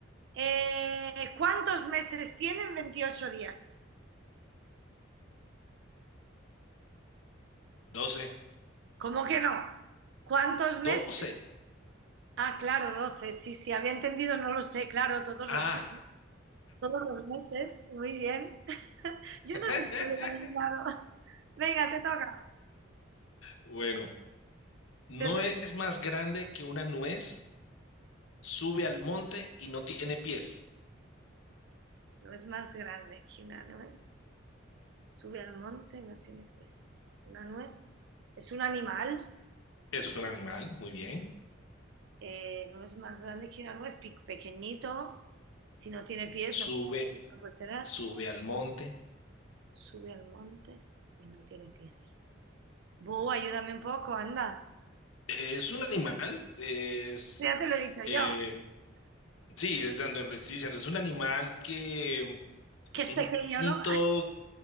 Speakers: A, on the right; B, on the left.
A: eh, ¿cuántos meses tienen 28 días?
B: Doce.
A: ¿Cómo que no? ¿Cuántos
B: Doce.
A: meses? Ah, claro, 12. Sí, sí, había entendido, no lo sé. Claro, todos
B: Ah,
A: los meses. Todos los meses. Muy bien.
B: <laughs>
A: Yo no sé si lo he adivinado. Venga, te toca.
B: bueno, no
A: te toca.
B: es más grande que una nuez, sube al monte y no tiene pies.
A: No es más grande que una nuez. Sube al monte y no tiene pies. Una nuez. Es un animal.
B: Es un animal, muy bien.
A: eh, no es más grande que una nuez, pequeñito, si no tiene pies,
B: Sube,
A: no puede, no puede ser, ah,
B: sube al monte.
A: sube al monte y no tiene pies. Bu, ayúdame un poco, anda.
B: Es un animal, es,
A: Ya te lo he dicho
B: eh,
A: yo,
B: Sí, es, donde le estoy diciendo, es un animal que es
A: que
B: pequeñito,
A: es pequeño, ¿no?